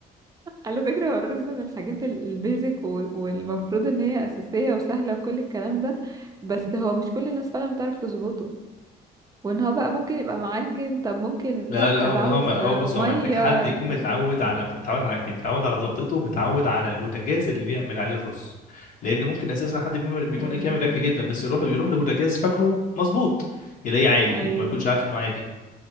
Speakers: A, on the right (about 20°); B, on the left (about 50°).
A: على فكره هو الرز من الحاجات ال- البيزك و- والمفروض ان هي اساسيه وسهله وكل الكلام ده بس هو مش كل الناس فعلا بتعرف تظبطه وان هو بقى ممكن يبقى معجن طب ممكن لا
B: لا لا هو
A: ده عاوز
B: هو هو
A: آه،
B: بص
A: ميه
B: هو محتاج حد
A: ايوه
B: يكون متعود على متعود على حاجتين متعود على ظبطته ومتعود على البوتاجاز اللي بيعمل عليه الرز لان ممكن اساسا حد بيعمل- بيكون
A: ايوه
B: أكل- يعمل اكل جدا بس يروح بيروح لبوتاجاز فاكره مظبوط يلاقيه عالي
A: ايوه
B: وما يكونش عارف انه عالي